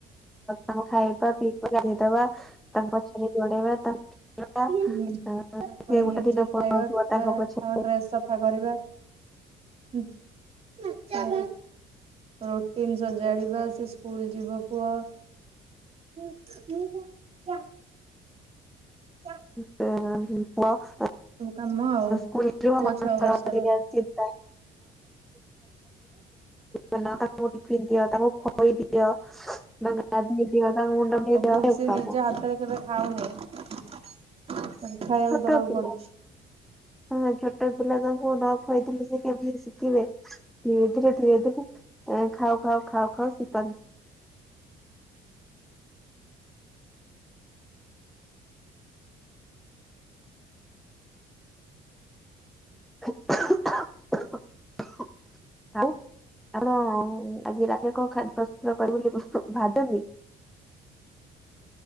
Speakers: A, in the centre; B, on the right.
A: ତାଙ୍କୁ ଖାଇବା ପିଇବା ଗାଧେଇଦବା ତାଙ୍କ ପଛେ ପଛେ ଗୋଡ଼େଇବା ତାକ <unintelligible>
B: ହୁଁ। ପୁଣି
A: ଗୋଟେ
B: ନିଜେ
A: ଦିନ
B: ଖାଇବା
A: ପଳଉଥିବ
B: ପିଇବା
A: ପଛରେ
B: ତାଙ୍କ ଡ୍ରେସ ସଫା କରିବା। ହୁଁ ମିକିଚର ଦଉନୁ। ରୁଟିନି ସଜାଡିବା ସେ ସ୍କୁଲ ଯିବ ପୁଅ। <unintelligible> ଚା।
A: <unintelligible> <unintelligible> ବୁଟୁ ସଫା
B: କାମ ଆଉ
A: କରିଦିଅ
B: ପୁଅ ଛଅ ବର୍ଷର
A: ଟିଫିନ ବନାଅ ତାକୁ ଟିଫିନି ଦିଅ ତାକୁ ଖୋଇଦିଅ ତାକୁ ଗାଧେଇ ଦିଅ ତାକୁ ମୁଣ୍ଡ
B: ସବୁ
A: କୁଡେ଼ଇ ଦିଏ ହେ
B: ସେ
A: ପ୍ରଭୁ।
B: ନିଜ ହାତରେ କେବେ ଖାଉନି ତାକୁ ଖାଇବାକୁ
A: ଛୋଟ
B: ଦବାକୁ
A: ପିଲା
B: ପଡୁଛି।
A: ହଁ ଛୋଟ ପିଲା ତାଙ୍କୁ ନ ଖୁଆଇଥିଲି ସେ କେମିତି ଶିଖିବେ। ଧୀରେ ଧୀରେ ଖାଉ ଖାଉ ଖାଉ ଶିଖନ୍ତି। <inaudible> ଆଉ ଆପଣ ଆଜି ରାତି କଣ ଖାଦ୍ୟ ପ୍ରସ୍ତୁତ କରିବେ ବୋଲି ଭାଦନ୍ତି?